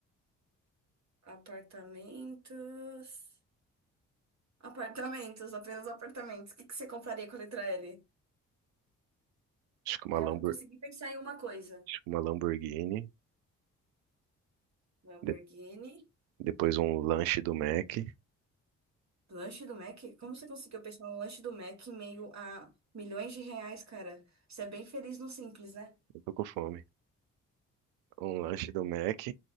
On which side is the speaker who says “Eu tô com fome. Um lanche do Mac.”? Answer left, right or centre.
Right